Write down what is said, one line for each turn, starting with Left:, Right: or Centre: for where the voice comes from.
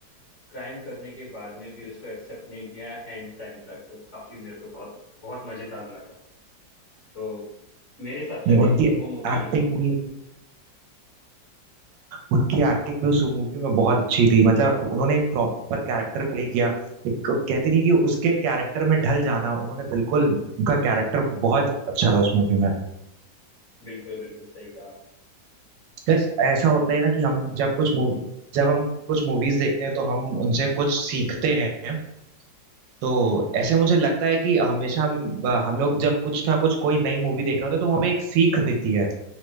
Left: क्राइम करने के बाद में भी उसको एक्सेप्ट नहीं किया एंड टाइम तक वो काफी मेरे को बहुत बहुत मजेदार लगा तो मेरे हिसाब से
Right: नहीं
Left: आई थिंक
Right: उनकी
Left: वो मूवी
Right: एक्टिंग भी उनकी एक्टिंग भी उस मूवी में बहुत अच्छी थी मतलब उन्होंने एक प्रॉपर कैरेक्टर प्ले किया एक कहते नहीं कि उसके कैरेक्टर में ढल जाना उन्होंने बिल्कुल उनका कैरेक्टर बहुत अच्छा था उस मूवी में
Left: बिल्कुल बिल्कुल सही कहा आप
Right: बस ऐसा होता है ना कि हम जब कुछ मूवी जब हम कुछ मूवीज देखते हैं तो हम उनसे कुछ सीखते हैं तो
Left: हम्म,
Right: ऐसे मुझे लगता है कि हमेशा हम हम लोग जब कुछ ना कुछ कोई नई मूवी देख रहे होते हैं तो वो हमें एक सीख देती है